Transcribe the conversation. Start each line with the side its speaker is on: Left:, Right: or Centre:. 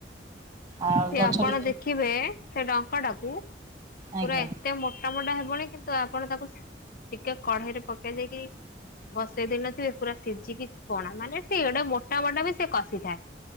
Right: ଆଉ
Left: ସେ
Right: ଗଛ
Left: ଆପଣ
Right: ବି
Left: ଦେଖିବେ ସେ ଡଙ୍କ ଟାକୁ
Right: ଆଜ୍ଞା
Left: ପୁରା ଏତେ ମୋଟା ମୋଟା ହେବଣୀ କିନ୍ତୁ ଆପଣ ତାକୁ ଟିକେ କଢେଇରେ ପକେଇ ଦେଇକି ବସେଇ ଦେଇନଥିବେ ପୁରା ସିଝିକି ପଣା ମାନେ ସେ ଗୋଟେ ମୋଟା ମୋଟା ବି ସେ କଷିଥାଏ।